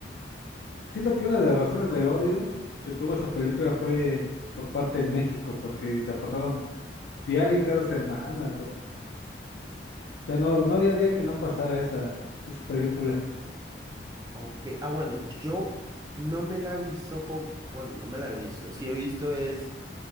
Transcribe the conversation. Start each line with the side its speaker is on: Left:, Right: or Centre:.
Left: siento que una de las razones del odio que tuvo esa película fue por parte en México, porque la pasaban diario y cada semana, bro. O sea, no, no había día que no pasara esa, esa película.
Right: Ok, ah, bueno, yo no me la he visto con, bueno, no me la he visto. Sí he visto es